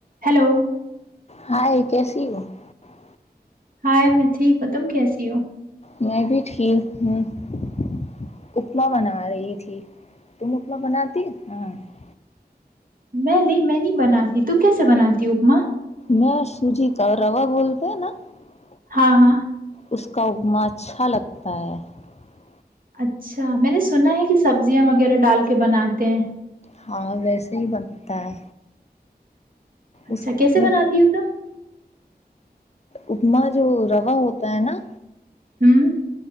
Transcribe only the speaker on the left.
hi کیسی ہو <unintelligible>
میں بھی ٹھیک ہوں <unintelligible> اپما بنا رہی تھی تم اپما بناتی ہاں <unintelligible>
میں سوجی کا روا بولتے ہیں نا <unintelligible>
اس کا اگم اچھا لگتا ہے <unintelligible>
ہاں ویسے ہی بنتا ہے
اس
میں
اپما جو روا ہوتا ہے نا